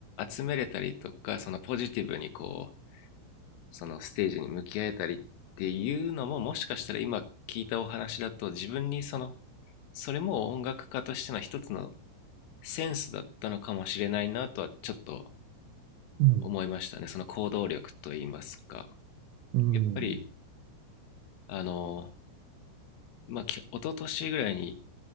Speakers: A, on the left; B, on the right.
A: 集めれたりとかそのポジティブにこうそのステージに向き合えたりっていうのももしかしたら今聞いたお話だと自分にそのそれも音楽家としての一つのセンスだったのかもしれないなとはちょっと
B: うん、
A: 思いましたねその行動力といいますか
B: うん
A: やっぱりあのまあ一昨年ぐらいに、